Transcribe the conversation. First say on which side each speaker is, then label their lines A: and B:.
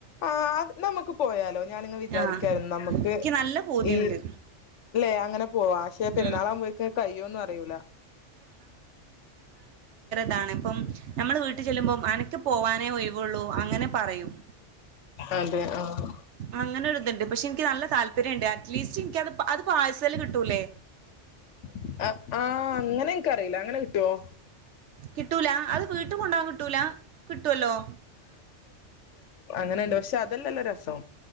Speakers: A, on the left (about 75°); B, on the right (about 70°).
A: ആ അത് നമുക്ക് പോയാലോ ഞാനിങ്ങ് വിചാരിക്കായിരുന്നു
B: ആഹ്
A: നമ്ക്ക്
B: എനിക്ക് നല്ല പൂതിയുണ്ട്
A: ഈ അല്ലെ അങ്ങനെ പോവാ പക്ഷെ പെരുന്നാളാവുമ്പോയിക്ക്
B: ഉം
A: കയ്യോന്നും അറിയില
B: താണ് ഇപ്പം നമ്മള് വീട്ടിൽ ചെല്ലുമ്പം അനക്ക് പോവാനേ ഒഴിവുള്ളൂ അങ്ങനെ പറയും
A: അതെ ആഹ്
B: അങ്ങനെയൊരു ഇതുണ്ട് പക്ഷെ എനിക്ക് നല്ല താല്പര്യമുണ്ട് അറ്റ്ലീസ്റ്റ് എനിക്കത് അത് പാഴ് സല് കിട്ടൂല്ലേ
A: ആഹ് ആഹ് അങ്ങനെ എനിക്കറിയില്ല അങ്ങനെ കിട്ടുമോ
B: കിട്ടൂല അത് വീട്ടിൽ കൊണ്ടോവൻ കിട്ടൂല കിട്ടൂല്ലോ
A: അങ്ങനെയുണ്ട് പക്ഷെ അതല്ലല്ലോ രസം